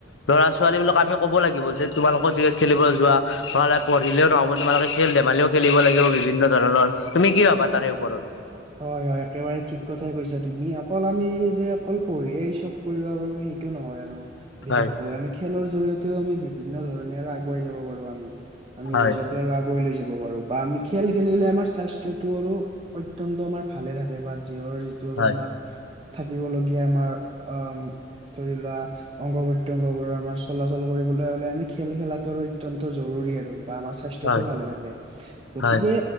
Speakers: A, on the left (about 75°); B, on the right (about 30°).
A: ল'ৰা ছোৱালী বিলাকক আমি ক'ব লাগিব, যে তোমালোকৰ খেলিব যোৱা। পঢ়িলে নহ'ব তোমালোকে খেল ধেমালিও খেলিব লাগিব। বিভিন্ন ধৰণৰ, তুমি কি ভাবা তাৰে ওপৰত।
B: হয়, হয় একেবাৰে ঠিক কথাই কৈছা তুমি, অকল আমি যে অকল পঢ়িয়ে চব কৰিব পাৰিম সেইটো নহয় আৰু। বিশেষকৈ,
A: হয়
B: আমি খেলৰ জৰিয়তেও আমি বিভিন্ন ধৰণে আৰু আগুৱাই যাব পাৰো আমি, আমি
A: হয়
B: নিজক আগুৱাই লৈ যাব পাৰো, বা আমি খেল খেলিলে আমাৰ স্বাস্থ্য টো আৰু আমাৰ ভালে থাকে বা যিহৰ যিটো আৰু
A: হয়
B: আমাৰ থাকিবলগীয়া আমাৰ, অ' ধৰি লোৱা অংগ বংগ বোৰৰ আমাৰ চলাচল কৰিবলৈ হ'লে, আমি খেল খেলাটোৰ অত্যন্ত জৰুৰী আৰু বা আমাৰ। স্বাস্থ্যতো
A: হয়
B: ভালে থাকে, গতিকে
A: হয়